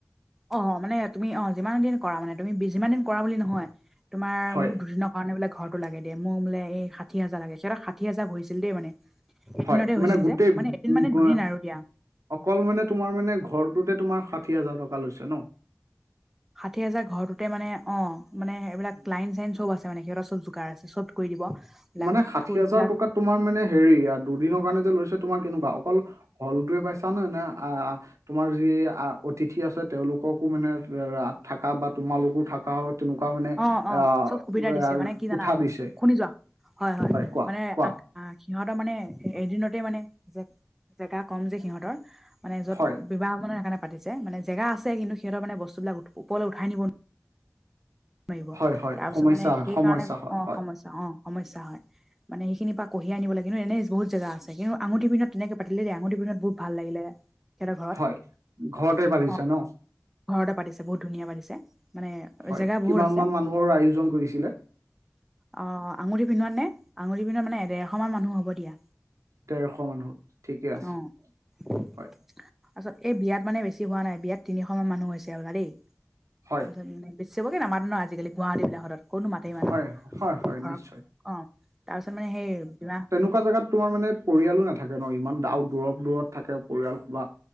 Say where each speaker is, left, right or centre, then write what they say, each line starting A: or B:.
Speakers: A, in the centre; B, on the right.
A: অঁ মানে তুমি অঁ যিমান দিন কৰা মানে তুমি যিমান দিন কৰা বুলি নহয় তোমাৰ
B: হয়
A: মোক দুদিনত কাৰণে বোলে ঘৰটো লাগে দে মোৰ বোলে এই ষাঠি হাজাৰ লাগে সিহঁতৰ ষাঠি হাজাৰ ভৰিছিল দেই মানে। এদিনতে
B: হয় মানে
A: হৈছিল
B: গোটেই
A: যে মানে এদিন মানে
B: গ-
A: দুদিন আৰু দিয়া।
B: অকল মানে তোমাৰ মানে ঘৰটোতে তোমাৰ ষাঠি হাজাৰ টকা লৈছে ন।
A: ষাঠি হাজাৰ ঘৰটোতে মানে অঁ মানে এইবিলাক ক্লাইন চাইন চব আছে মানে সিহঁতৰ চব জোগাৰ আছে চব কৰি দিব। বিলাক
B: মানে ষাঠি
A: ফুলবিলাক
B: হাজাৰ টকাত তোমাৰ মানে হেৰী আ দুদিনৰ কাৰণে যে লৈছে তোমাৰ কেনেকুৱা অকল হলটোৱে পাইছা নে? নে আ তোমাৰ যি আ অতিথি আছে তেওঁলোককো মানে এ থাকা বা তোমালোকো থাকা তেনেকুৱা মানে
A: অ অ
B: আহ
A: চব সুবিধা দিছে মানে কি জানা
B: কোঠা দিছে।
A: শুনি যোৱা হয় হয়।
B: কোৱা
A: মানে
B: কোৱা
A: আ সিহঁতৰ মানে এদিনতে মানে জে জেগা কম যে সিহঁতৰ মানে য'ত
B: হয়
A: বিবাহ মানে সেকাণে পাতিছে। মানে জেগা আছে কিন্তু সিহঁতৰ মানে বস্তু বিলাক ওপৰলৈ উঠাই নিব নো নোৱাৰিব।
B: হয়
A: তাৰপিছত
B: হয় সমস্যা
A: মানে
B: হয়
A: সেইকাৰণে
B: সমস্যা হয়
A: অঁ
B: হয়
A: সমস্যা অঁ সমস্যা হয়। মানে সেইখিনি পা কঢিয়াই আনিব লাগে ন, এনেই বহুত জেগা আছে কিন্তু আঙুঠি পিন্ধোৱাত ধুনীয়াকে পাতিলে দেই আঙুঠি পিন্ধোৱাত বহুত ভাল লাগিলে। সিহঁতৰ ঘৰত
B: হয়, ঘৰতে পাতিছে
A: অ
B: ন?
A: ঘৰতে পাতিছে বহুত ধুনীয়া পাতিছে। মানে
B: হয়,
A: জেগা বহুত
B: কিমান
A: আছে
B: মান মানুহৰ আয়োজন কৰিছিলে?
A: অঁ আঙুঠি পিন্ধোৱাত নে? আঙুুঠি পিন্ধোৱাত মানে দেৰশ মান মানুহ হ'ব দিয়া।
B: দেৰশ মানুহত ঠিকে আছে।
A: অ তাৰপিছত
B: হয়
A: এই বিয়াত মানে বেছি হোৱা নাই বিয়াত তিনিশ মান মানুহ হৈছে ৰবা দেই।
B: হয়
A: তাৰপিছত বেছবকে নামাতে ন আজিকালি গুৱাহাটী বিলাকৰ ক'ত নো মাতে ইমানক
B: হয়
A: আৰু
B: হয়
A: ঘৰৰত,
B: হয় নিশ্চয়
A: অ' তাৰছত মানে সেই কিবা
B: এনেকুৱা জেগাত তোমাৰ মানে পৰিয়ালো নাথাকে ন, ইমান আও দূৰত-দূৰত থাকে পৰিয়াল খোবা।